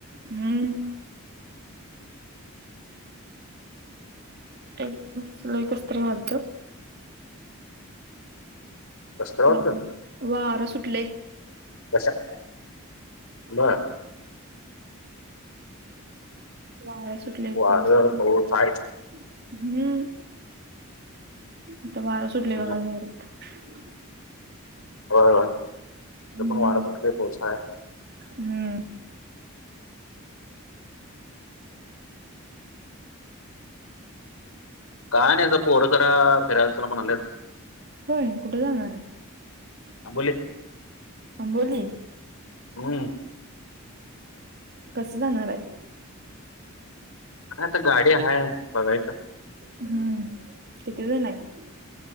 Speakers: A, on the right (about 50°); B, on the left (about 80°).
A: हम्म <unintelligible> लाय कस तर वाटत.
B: कसतर वाटतं?
A: वार वार सुटले.
B: अशक्य हो ना.
A: वार सुटले
B: वारं
A: पाऊस हम्म
B: पाऊस आहेच.
A: आता वारं सुटले
B: होय
A: बघा जोरात. <inaudible>
B: होय होय इथ
A: हम्म
B: पण वर सुटलंय पाऊस आहे.
A: हम्म
B: काय नाही जरा पोर जरा फिरायल चल म्हणल्यात.
A: होय कुठे जानणार आहे
B: आंबोली
A: आंबोली?
B: हम्म
A: कसं जाणार आहे?
B: काय आता गाडी आहे बघायचं.
A: हम्म कितीजण आहे?